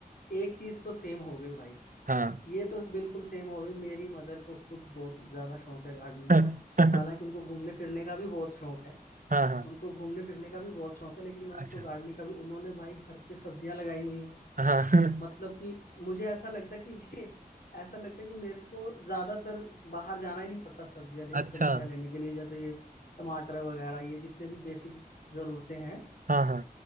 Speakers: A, on the left; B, on the right.
A: एक चीज तो सेम हो गई भाई
B: हाँ
A: ये तो बिल्कुल सेम हो गई मेरी मदर को खुद बहुत ज्यादा शौक है गार्डनिंग
B: <laughs>
A: का हालांकि उनको घूमने फिरने का भी बहुत शौक है
B: हाँ हाँ
A: उनको घूमने फिरने का भी बहुत शौक है लेकिन उनको
B: अच्छा
A: गार्डनिंग का भी उन्होंने भाई घर पे सब्जियां लगाई हुई हैं
B: हाँ <laughs>
A: मतलब कि मुझे ऐसा लगता है कि <laughs> ऐसा लगता है कि मेरे को ज्यादातर बाहर जाना ही नहीं पड़ता सब्जियां ले
B: अच्छा
A: सब्जियां लेने के लिए जैसे ये टमाटर वगैरह ये जितने भी बेसिक जरूरतें हैं
B: हाँ हाँ